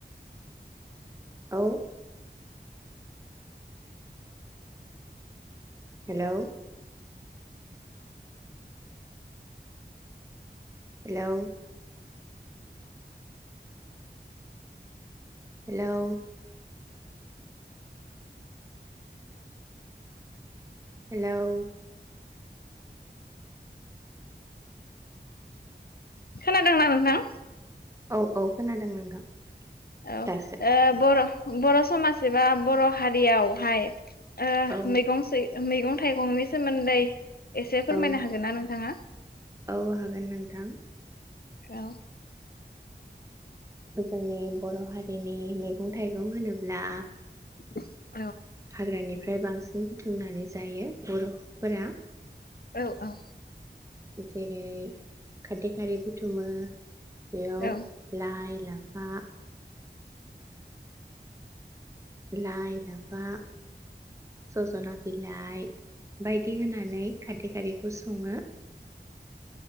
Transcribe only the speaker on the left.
खोनादोंना नोथां।
औ ओ
बर' बर' समाज एबा बर' हारियावहाय ओ
मैगं सै मैगं थाइगंनि सोमोन्दै एसे फोरमायनो
हागोनना नोंथाङा?
औ।
<inaudible>
औ औ।
औ